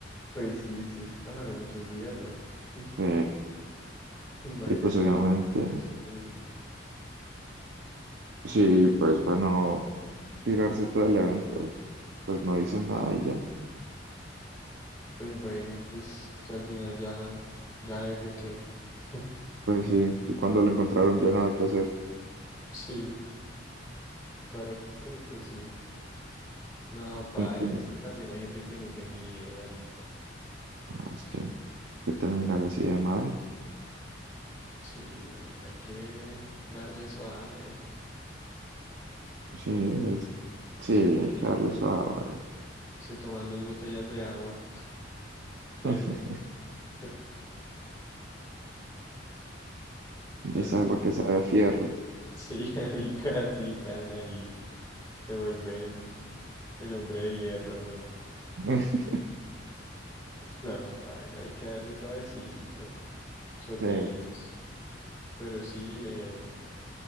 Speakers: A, on the left; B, on the right.
A: Pues sí, sí, es que pasaron muchos días, ¿no? <laughs>
B: Sí.
A: El man
B: Y pues
A: ya estaba
B: obviamente,
A: descompuesto ahí.
B: sí, pues para no tirarse todo el evento, pues no dicen nada y ya.
A: Pues bueno, pues, pues al final ya, ya F que. <laughs>
B: Pues sí, sí, cuando lo encontraron ya nada que hacer.
A: Sí, ¿para qué? Pero pues sí. No, paila,
B: Y que,
A: es que también hay gente que no se mide, marica.
B: ah, es que, que terminar así de mal.
A: Sí, no, hay que darle suave.
B: Sí, pues, sí,
A: Se
B: hay
A: toman,
B: que darle suave.
A: se toman dos botellas de agua, <laughs> tres,
B: <laughs>
A: <laughs> así.
B: De esa agua que sabe a fierro.
A: Sí, <laughs> ahí casi caen ahí. Se vuelven el hombre de hierro, weón.
B: <laughs>
A: No, paila, hay que darle suavecito, sorbitos.
B: Sí,
A: Pero sí, eh,